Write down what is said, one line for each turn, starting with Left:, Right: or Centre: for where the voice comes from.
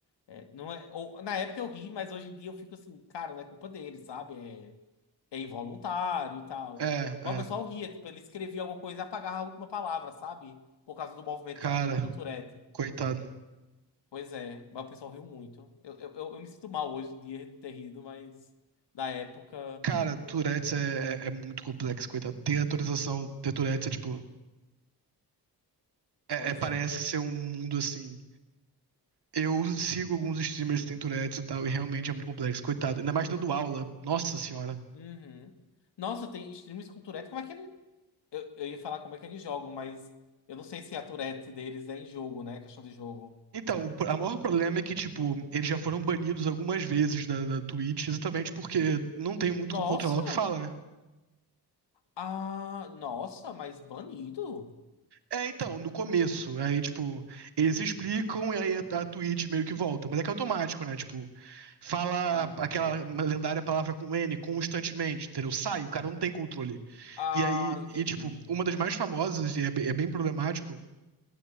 Left: é, não é, ou- na época eu ri, mas hoje em dia eu fico assim, cara, não é culpa dele, sabe? É, é involuntário e tal.
Right: É,
Left: Mas
Right: é.
Left: o pessoal ria, tipo, ele escrevia alguma coisa e apagava a última palavra, sabe? Por causa do movimento
Right: Cara,
Left: do, do Tourette.
Right: coitado.
Left: Pois é, mas o pessoal riu muito. Eu, eu, eu eu me sinto mal hoje em dia de ter rido, mas na época,
Right: Cara, Tourette's é, é- é muito complexo, coitado. Ter atualização, ter Tourette's é tipo. É,
Left: pois
Right: é- parece
Left: é.
Right: ser um mundo assim. Eu sigo alguns streamers que têm Tourette's e tal, e realmente é muito complexo, coitado. Ainda mais dando aula. Nossa senhora.
Left: Uhum. Nossa, tem streamers com Tourette, como é que ele... Eu, eu ia falar como é que eles jogam, mas eu não sei se a Tourette deles é em jogo, né? Questão de jogo.
Right: Então, o pro- a maior problema é que, tipo, eles já foram banidos algumas vezes da, da Twitch, exatamente porque não tem muito
Left: Nossa!
Right: como controlar o que fala, né?
Left: Ah, nossa, mas banido?
Right: É, então, no começo. Aí, tipo, eles explicam e aí a, a Twitch meio que volta. Mas é que é automático, né? Tipo, fala
Left: Hum.
Right: aquela lendária palavra com N constantemente, entendeu? Sai, o cara não tem controle.
Left: Ah,
Right: E aí,
Left: entendi.
Right: e tipo, uma das mais famosas, e é, be- é bem problemático,